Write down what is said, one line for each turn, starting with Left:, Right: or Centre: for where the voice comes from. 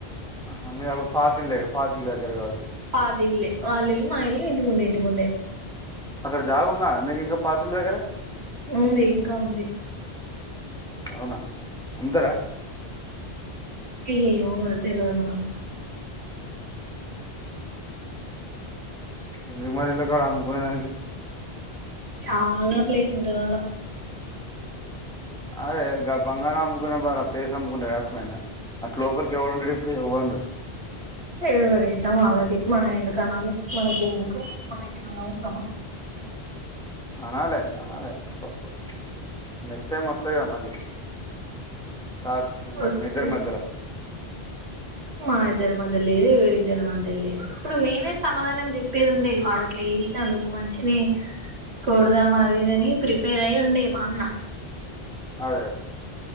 Centre: ఆ మీరు అప్పుడు పాతిల్ ఇల్లే కదా పాతి ఇల్లు దగ్గర కావచ్చు.
Right: పాతీల్లే వాళ్ళిల్లు మా ఇల్లు ఇంటి ముందే, ఇంటి ముందే
Centre: అక్కడ జాగ ఉందానే మీకు ఇంకా పాతిల్లు దగ్గర
Right: ఉంది ఇంకా ఉంది.
Centre: అవునా అముతరా
Right: ఏమో మరి తెలవది మనకు
Centre: ఎందుకు మరి ఇళ్ళకడ అమ్ముకునేదానికి
Right: చాలా ప్లేస్ ఉంటది. ఆడ
Centre: అదే గా బంగారం అమ్ముకునే బదలు ఆ ప్లేస్ అమ్ముకుంటే కాకపోయిందా అట్ లోపలికి ఎవడుంటడు ఇప్పుడు ఎవడుండడు
Right: ఎవరి ఇష్టం వాళ్ళది మనం ఎందుకు అనాలి. మనకి ఎందుకు మనకేమన్నా అవసరమా
Centre: అనాలే అనాలే అప్పుప్పుడు నెక్స్ట్ టైమ్ వస్తది. కదా మళ్ళీ టాకు మి
Right: వస్తది.
Centre: మీద్దరి మధ్యల
Right: మా ఇద్దరి మధ్య లేదు. ఎవరిద్దరి మధ్య లేదు. ఇప్పుడు మేమే సమాధానం చెప్పేదుండే వా అట్లా చేసినందుకు మంచినే కొడదాం. అది ఇదని ప్రిపేర్ అయి ఉండే మా అన్న
Centre: అదే అదే